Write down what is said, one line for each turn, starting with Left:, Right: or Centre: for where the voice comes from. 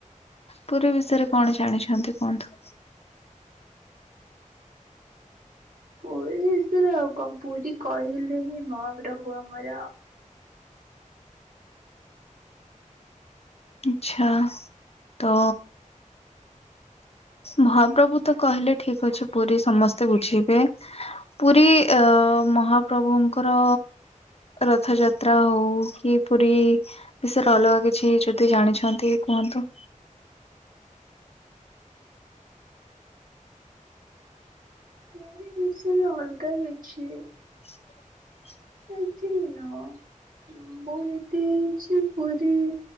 Left: ପୁରୀ ବିଷୟରେ କଣ ଜାଣିଛନ୍ତି କୁହନ୍ତୁ?
Right: ପୁରୀ ବିଷୟରେ ଆଉ କଁ ପୁରୀ କହିଲେ ହିଁ ମହାପ୍ରଭୁ ଆମର
Left: ଆଚ୍ଛା ତ। ମହାପ୍ରଭୁ ତ କହିଲେ ଠିକ୍ ଅଛି ପୁରୀ ସମସ୍ତେ ବୁଝିବେ। ପୁରୀ ଅ ମହାପ୍ରଭୁଙ୍କର। ରଥଯାତ୍ରା ହୋଉ କି ପୁରୀ ବିଷୟରେ ଅଲଗା କିଛି ଯଦି ଜାଣିଛନ୍ତି କୁହନ୍ତୁ?
Right: ପୁରୀ ବିଷୟରେ ଅଲଗା କିଛି।
Left: <inaudible>
Right: ଆଇଥିଙ୍କ୍ ନ ମୁଁ ଯେତେ ଅଛି ପୁରୀ